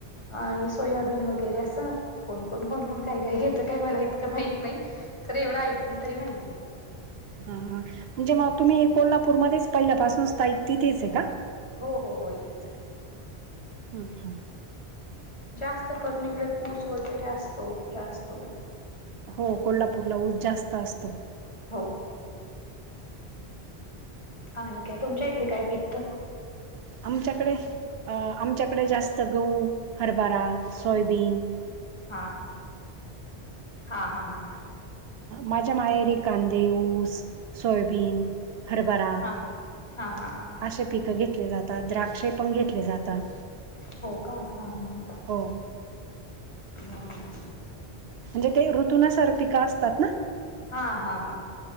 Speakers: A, on the left; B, on the right.
A: आणि सोयाबीन वगैरे असं कोण कोण कोण कोण काय काय घेतं. काय मला इतकं माहित नाही खरं एवढं ऐकून तरी माहितीय
B: हा हा म्हणजे मग तुम्ही कोल्हापूरमध्येच पहिल्यापासून स्थायिक तिथेचय का?
A: हो हो हो इथेचय
B: हं हा-
A: जास्त करून इकडे, ऊस वगैरे असतो जास्त
B: हो! कोल्हापूरला ऊस जास्त असतो.
A: हो आणि काय तुमच्या इकडे काय पिकतं?
B: आमच्याकडे आमच्याकडे जास्त गहू, हरबरा, सोयबीन
A: हा ह हा हा हा हा
B: माझ्या माहेरी कांदे, ऊस, सोयाबीन हरबरा
A: हा हा हा हा हा
B: असे पिक घेतली जातात. द्राक्षे पण घेतले जातात
A: हो का? हा ह ह
B: हो
A: हं
B: म्हणजे ते ऋतुनसार पिकं असतात ना?
A: हा हा हा हा हा